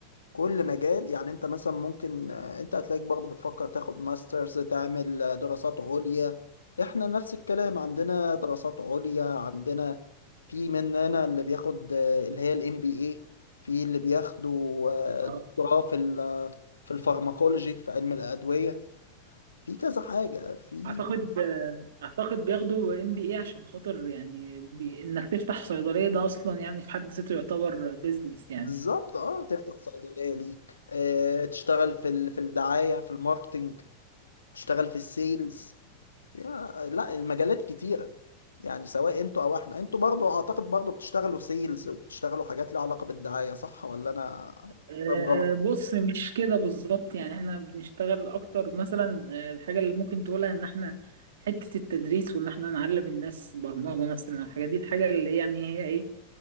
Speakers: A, on the left; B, on the right.
A: كل مجال يعني انت مثلا ممكن آه، انت هتلاقيك برضه بتفكر تاخد ماسترز تعمل آه، دراسات عليا احنا نفس الكلام عندنا دراسات عليا عندنا في مننا اللي بياخد آه، اللي هي الام بي اي في اللي بياخدوا
B: آه.
A: آه، دكتوراه في ال- آه، في الفارماكولوجي في علم الأدوية في كذا حاجة في
B: اعتقد اعتقد بياخدوا ام بي اي عشان خاطر يعني بي... انك تفتح صيدليه ده اصلا يعني في حد ذاته يعتبر بيزنس يعني
A: بالظبط اه تفتح صيدلية ليك آه، تشتغل في ال- في الدعاية في الماركتينج تشتغل في السيلز يا- لا المجالات كتيرة يعني سواء انتوا او احنا انتوا برضو اعتقد برضو بتشتغلوا سيلز وبتشتغلوا حاجات ليها علاقة بالدعاية صح ولا انا
B: أه
A: فاهم غلط
B: بص مش كده بالظبط يعني احنا بنشتغل اكتر مثلا آه، الحاجه اللي ممكن تقولها ان احنا حته التدريس وان احنا نعلم الناس برمجه مثلا الحاجه دي الحاجه اللي يعني هي ايه